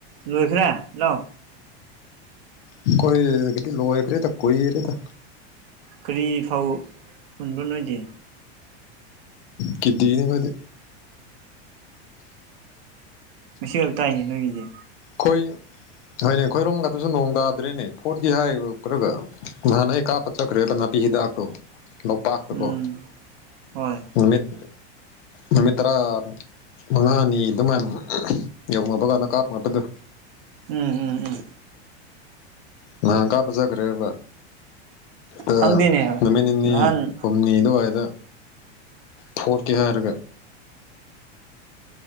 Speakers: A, on the right; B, on the left.
A: ꯂꯣꯏꯈ꯭ꯔꯦ ꯂꯧ
B: ꯑꯩꯈꯣꯏꯒꯤꯗꯤ ꯂꯣꯏꯈ꯭ꯔꯦꯗ ꯀꯨꯏꯔꯦꯗ
A: ꯀꯔꯤ ꯐꯧ ꯍꯨꯟꯕ꯭ꯔꯣ ꯅꯣꯏꯗꯤ
B: ꯀꯤꯗꯤꯅꯤ ꯑꯈꯣꯏꯗꯤ
A: ꯉꯁꯤ ꯈꯥꯛ ꯇꯥꯏꯅꯦ ꯅꯣꯏꯒꯤꯗꯤ
B: ꯈꯣꯏ ꯍꯣꯏꯅꯦ ꯈꯣꯏꯔꯣꯝꯒꯗꯁꯨ ꯅꯣꯡ ꯇꯥꯗ꯭ꯔꯦꯅꯦ ꯐꯣꯠꯀꯤ ꯍꯥꯏꯔꯒ ꯅꯍꯥꯟꯅ ꯑꯩ ꯀꯥꯞꯄ ꯆꯠꯈ꯭ꯔꯦꯕ ꯅꯥꯄꯤ ꯍꯤꯗꯥꯛꯇꯣ ꯂꯧꯄꯥꯛ ꯇꯀꯣ
A: ꯎꯝ ꯍꯣꯏ
B: ꯅꯨꯃꯤꯠ ꯅꯨꯃꯤꯠ ꯇꯔꯥꯃꯨꯛ ꯃꯉꯥꯅꯤ ꯑꯗꯨꯃꯥꯏꯅ ꯌꯧꯅꯕꯀꯥꯟꯗ ꯀꯥꯞꯅꯕꯗꯨ
A: ꯎꯝ ꯎꯝ ꯎꯝ
B: ꯅꯍꯥꯟ ꯀꯥꯞꯄ ꯆꯠꯈ꯭ꯔꯦꯕ ꯑꯗ
A: ꯈꯪꯗꯦꯅꯦ
B: ꯅꯨꯃꯤꯠ ꯅꯤꯅꯤ
A: ꯅꯍꯥꯟ
B: ꯍꯨꯝ ꯅꯤ ꯑꯗꯨꯋꯥꯏꯗ ꯐꯣꯠꯀꯦ ꯍꯥꯏꯔꯒ